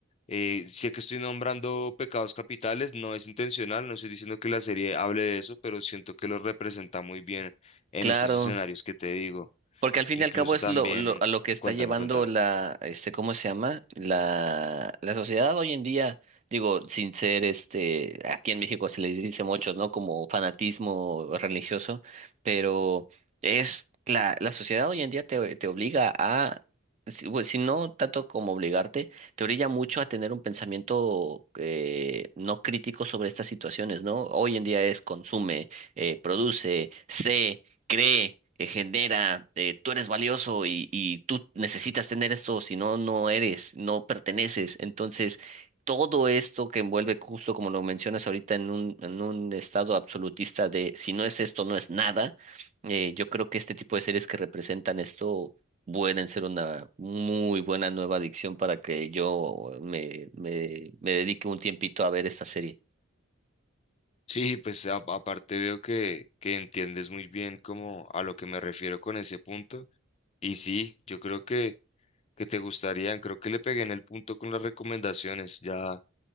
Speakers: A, on the left; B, on the right.
A: eh, sé que estoy nombrando pecados capitales, no es intencional, no estoy diciendo que la serie hable de eso, pero siento que lo representa muy bien en
B: claro.
A: esos escenarios que te digo.
B: Porque al fin
A: Incluso
B: y al cabo es
A: también,
B: lo, lo- a lo que está
A: cuéntame,
B: llevando
A: cuéntame.
B: la, este, ¿cómo se llama? La, la sociedad hoy en día, digo, sin ser este, aquí en México se les dice muchos, ¿no? Como fanatismo religioso, pero es la, la sociedad hoy en día te, te obliga a, si, bueno, si no tanto como obligarte, te orilla mucho a tener un pensamiento eh, no crítico sobre estas situaciones, ¿no? Hoy en día es consume, eh, produce, sé cree, eh, genera, eh, tú eres valioso y, y tú necesitas tener esto, si no, no eres, no perteneces. Entonces, todo esto que envuelve, justo como lo mencionas ahorita, en un, en un estado absolutista de si no es esto, no es nada, eh, yo creo que este tipo de series que representan esto pueden ser una muy buena nueva adicción para que yo me, me, me dedique un tiempito a ver esta serie.
A: Sí, pues a- aparte veo que, que entiendes muy bien como a lo que me refiero con ese punto. Y sí, yo creo que, que te gustarían, creo que le pegué en el punto con las recomendaciones. Ya,